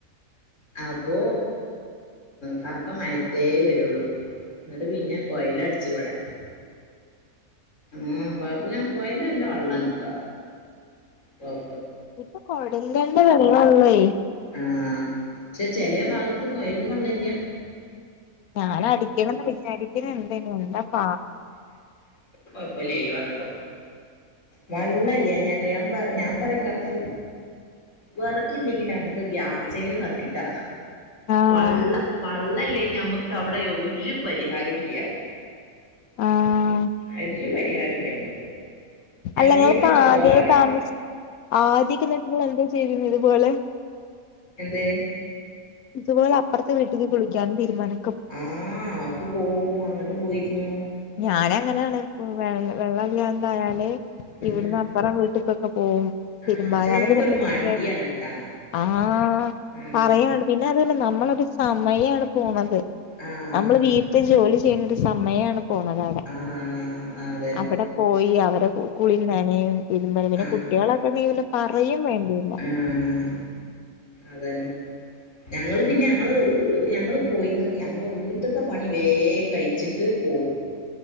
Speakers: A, on the left (about 60°); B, on the left (about 80°).
A: അപ്പോ കാക്ക മയത്തേ വ ഒള്ളു എന്നിട്ട് പിന്നെ കൊയൽ അടിച്ചുവിടാ ആ പാബന് കോയല എല്ലാം വെള്ളം കിട്ട ഒ
B: ഇപ്പൊ കൊടലിലല്ലെ വെള്ളെള്ളേയ്-
A: ആഹ് - പക്ഷെ ചെലേ ഭാഗത്ത് പോയല് വെള്ളല്ല്യാ-
B: ഞാനടിക്കണന്ന് വിചാരിക്കണുണ്ട് എന്താ <unintelligible>
A: കൊഴപ്പില്ലെല്ലോ <unintelligible> വെള്ളല്ല്യാഞ്ഞാൽ ഞാൻ പറ ഞാൻ പറയും ഇക്കാക്കന്ട് വെറകില്ലെങ്കിൽ നമുക്ക് ഗ്യാസെങ്കിലും കത്തിക്ക
B: ആഹ്
A: വള്ള വള്ള തല്ലേ ഞമുക്ക് അവിടെ ഒരു പരിഹാരം ഇല്ല്യ
B: ആഹ്
A: അയിത് പറ്റി <unintelligible> ചെയ്യാറില്ലേ നമ്മക്ക് ഞമ്മക്ക്
B: അല്ല ഇങ്ങള്
A: ഇനിയിപ്പോ
B: ഇപ്പ
A: ചോറാണ്
B: ആദ്യ താമ ആദ്യക്കെ നിങ്ങൾ എന്താ ചെയ ഇതുപോലെ
A: എന്ത്
B: ഇതുപോലെ അപ്പുറത്തെ വീട്ടിൽ കുളിക്കാൻ തീരുബാനും
A: ആ ഓക്കേ പോവും അങ്ങോട്ട് പോയിരുന്നു
B: ഞാനങ്ങനെണ് വെ വെള്ള എന്തായാല്
A: ഉം
B: ഇവിടന്നാ അപ്പെറം വീട്ട്ക്ക്ക്കൊ പോവും തിതുംബാന്
A: ആഹ് പക്ഷെ ഞമ്മക്കൊരു
B: <unintelligible>
A: മടിയാണ് ട്ടാ
B: ആ
A: ഉം
B: പറയാണ്ടെ പിന്നെ അത് അല്ല നമ്മളെ സമയാണ് പോണത്
A: ആഹ്
B: നമ്മള് വീട്ടിൽ ജോലി ചേയ്യാണ്ടി സമയമാണ് പോണതാവിടെ
A: ആഹ് അതന്നെ
B: അവിടെ പോയി അവരെ കുളീം നനയും <unintelligible> പിന്നെ
A: ആഹ്
B: കുട്ട്യാളൊക്കെ ഇണ്ടെങ്കി പിന്നെ പറയേം വേണ്ടില്ല
A: ആഹ് അതന്നെ ഞങ്ങള് പിന്നെ ഞങ്ങള് ഞങ്ങള് പോയിന്നത് ഞങ്ങള് വീട്ട്ത്തെ പണി വേം കഴിച്ചിട്ട് പോവും